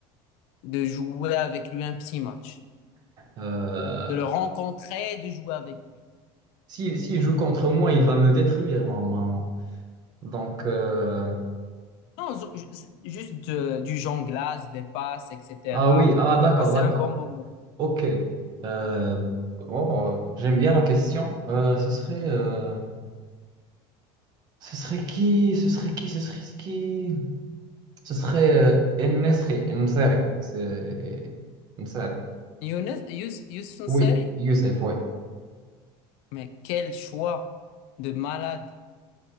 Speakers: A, on the left; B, on the right.
A: De jouer avec lui un petit match,
B: Euh,
A: de le rencontrer, de jouer avec lui.
B: si s'il joue contre moi, il va me détruire normalement. Donc, euh,
A: Non, zo- ju- juste de- du jonglage, des passes, etc.
B: ah oui, ah d'accord,
A: Passer
B: d'accord.
A: un bon moment.
B: Ok. Euh, oh, euh, j'aime bien la question. Euh, ce serait, euh, ce serait qui? Ce serait qui? Ce serait qui? Ce serait euh, El Nesri, El Nseri. C'est El Nseri.
A: Younes, Yous- Youssef
B: Oui,
A: N'Seri?
B: Youssef, oui.
A: Mais quel choix de malade.